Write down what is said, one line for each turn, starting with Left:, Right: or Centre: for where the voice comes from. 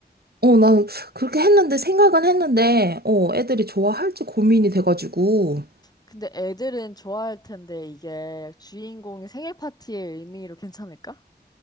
Right: 어, 나 그렇게 했는데, 생각은 했는데, 어, 애들이 좋아할지 고민이 돼가지고.
Left: 근데 애들은 좋아할 텐데 이게 주인공이 생일 파티의 의미로 괜찮을까?